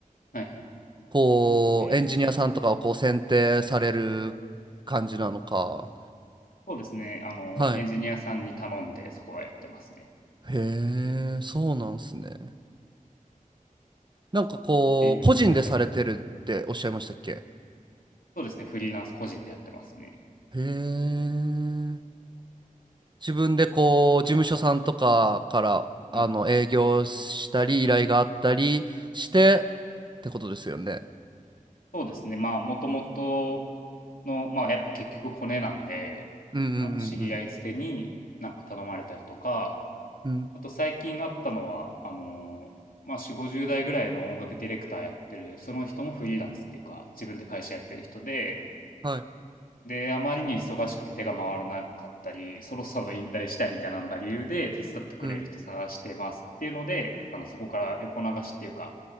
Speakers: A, on the left; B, on the right.
A: はいはい。
B: こうエンジニアさんとかをこう選定される感じなのか。
A: えーそうですね、あの、
B: はい。
A: エンジニアさんに頼んでそこはやってますね。
B: へえ、そうなんすね。なんかこう個人でされてるっておっしゃいましたっけ
A: っていう、はいはい。そうですね、フリーランス個人でやってますね。
B: へえ。自分でこう事務所さんとかからあの営業したり依頼があったりして
A: うん。
B: ってことですよね。
A: そうですね、まあもともとの、まあやっぱ結局コネなんで、
B: うんう
A: あの、知り合い捨てになんか頼まれたりとか、
B: んうんうん。うん
A: あと最近あったのは、あのーまあ、4、50代ぐらいの音楽ディレクターやってる、その人もフリーランスっていうか、自分で会社やってる人で、
B: はい。
A: で、あまりに忙しくて手が回らなかったり、そろそろ引退したいみたいなのが理由で、手伝ってくれる人探してますっていうので、
B: うん。
A: あの、そこから横流しっていうか、